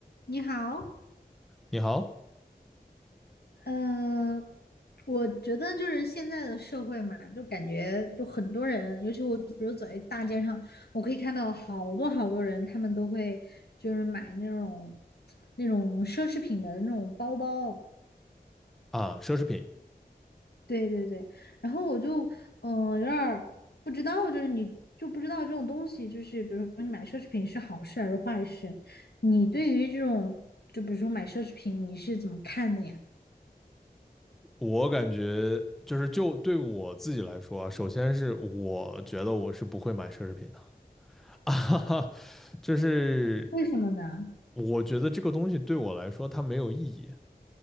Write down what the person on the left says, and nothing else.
你好，
呃，我觉得就是现在的社会嘛，就感觉就很多人，尤其我比如走在大街上，我可以看到好多好多人，他们都会就是买那种那种奢侈品的那种包包，
对对对，然后我就嗯、呃有点儿不知道，就是你就不知道这种东西，就是比如说你买奢侈品是好事还是坏事，你对于这种就比如说买奢侈品你是怎么看的呀？
为什么呢？